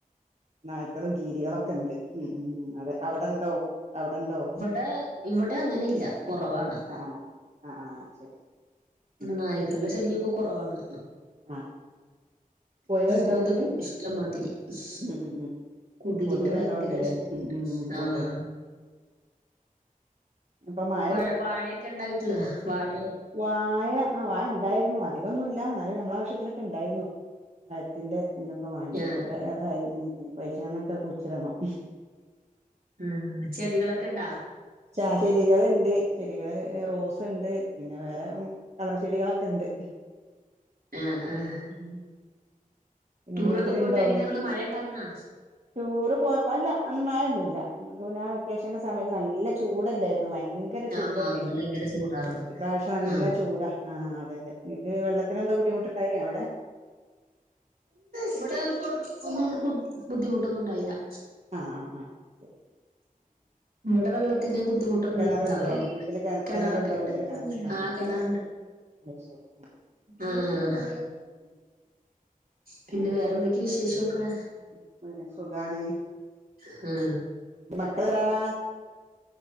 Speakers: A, on the right (about 50°); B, on the right (about 80°).
A: നായ്ക്കളും, കീരികളൊക്കെണ്ട് മ് മ് അതെ അവടെണ്ടോ? അവടെണ്ടോ?
B: എഹ് ഇവ്ടെ അങ്ങനില്ല കൊറവാണ്.
A: ആഹ് ആഹ് ആഹ് ആഹ് ശരി
B: ഇവടെ
A: ഉം
B: നായ്ക്കൾടെ ശല്യക്കെ കൊറവാണ്.
A: ആഹ് കോഴികളുണ്ടോ
B: കൊതുക്ണ്ട്
A: വീട്ടില്
B: ഇഷ്ട്ടംമാതിരി. ‌
A: ഉം ഉം ഉം
B: കൊതുകിന്റെ
A: കൊതുക്
B: ഭയങ്കര
A: നല്ലോം ഇണ്ട്ല്ലേ
B: ശല്ല്യെണ്ട്
A: ഉം ഉം ഉം
B: ആഹാ
A: അതെ അതെ ഇപ്പൊ മഴ
B: പഴ
A: പെ
B: വാഴയൊക്കെ ഇണ്ടാ വീട്ട്ല് വാഴെ?
A: വായ വാഴ ആ വാഴണ്ടായിരുന്നു അധികൊന്നുല്ല ഇന്നാലും നമ്മളാവശ്യത്തിനൊക്കെണ്ടായിരുന്നു പയത്തിന്റെ. ഇതിനൊക്കെ വാണ്ടി
B: ആഹ്
A: ഇപ്പൊക്കെ അതായി ഇഞ്പ്പൊ അയിശ്ങ്ങന്നൊക്കെ കുയിച്ച്ടണം
B: ഉംഹ് ചെടികളെക്കെണ്ടാ?
A: ആഹാ ചെടികള്ണ്ട് ചെടികള് റോസ് ണ്ട് പിന്നെ വേറെ കളർച്ചെടികളെക്കെണ്ട്
B: ആഹ് ആഹ്
A: ഉം പിന്നെ
B: ടൂറൊക്കെ
A: വീട്ടിലുണ്ടോന്ന്
B: പോയിട്ട് എങ്ങനെയാർന്ന് മഴ ഇണ്ടാർന്നാ
A: ടൂറ് പോയപ്പോ അല്ല അന്നും മയൊന്നുല്ല അന്നക്കെ പിന്നെ ആ വെക്കേഷന്റെ സമയത്ത് നല്ല ചൂടല്ലേരുന്നോ? ഇപ്പം ഭയങ്കര ചൂടല്ലേ?
B: ആഹ് അന്ന് ഭയങ്കര ചൂടാർന്ന്
A: ഇപ്രാവിശ്യം നല്ല
B: ആഹ്
A: ചൂടാ ആഹ് അതെ അതെ. ഇങ്ങക്ക് വെള്ളത്തിനെന്തോ ബുദ്ധിമുട്ട്ണ്ടായിനിയോ അവിടെ?
B: ഇവടെ കൊ ഒന്നും ബുദ്ധിമുട്ടൊന്നുണ്ടായിലാ
A: ആഹ് ആഹ് ആഹ് ശെരി.
B: ഇവടെ വെള്ളത്തിന് ബുദ്ധിമുട്ടൊന്നും
A: കെണറുണ്ടോ
B: ഇണ്ടാവലില്ല
A: വീട്ടില് കെ
B: കെണറൊക്കെണ്ട്.
A: കെണറുണ്ടോ വീട്ടില് കെണ ആ
B: ആഹ്
A: ആ
B: കിണറ്ണ്ട്
A: അത് ശരി ഉം
B: ആഹ്
A: ഉം
B: പിന്നെ
A: അത് ശരി
B: വേറെന്തൊക്കെയ വിശേഷോക്കെ
A: ഉം വേറെ സുഖാണ്
B: ഹാ
A: <unintelligible> ആളാ